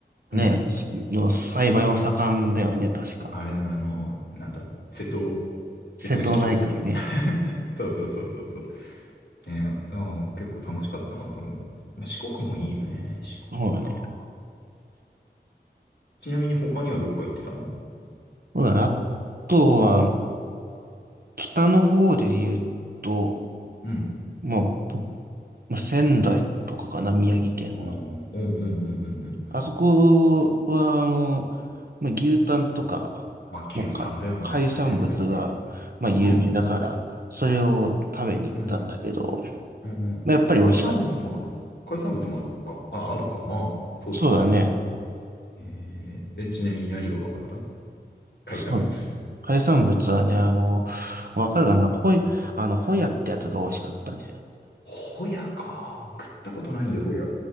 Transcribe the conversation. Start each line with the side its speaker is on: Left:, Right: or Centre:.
Left: うん。
Right: ね、の栽培は盛んだよね、確か。
Left: あれな、あの、なんだ瀬戸、
Right: 瀬戸内海ね。
Left: 瀬戸内機構。<laughs> そうそうそうそうそう。ね、あ結構楽しかったな、それも。まあ四国もいいよね、四国か。
Right: そうだね。
Left: ちなみに他にはどっか行ってたの
Right: そうだね。あとは、北の方で言うと、
Left: うん。
Right: まあ、ぼまあ仙台とかかな、宮城県の。
Left: ああ、うんうんうんうんうん。
Right: あそこは、あの、まあ、牛タンとか、
Left: まあ、牛タンだよな、
Right: まあ、か海産物が、
Left: 仙台はね。
Right: まあ、有名だから、
Left: うん。
Right: それを食べに行ったんだけど、
Left: うん。うん。うん海産物もある。
Right: まあ、やっぱり美味しかった。
Left: 海産物もあるか。あ、あるか。まあ、そうだよね。
Right: そうだね。
Left: えー、え、ちなみに何がうまかった海産物。
Right: そう海産物はね、あの、わかるかなホイ、あの、ホヤってやつが美味しかったね。
Left: ホヤか。送ったことないよ、ホヤ。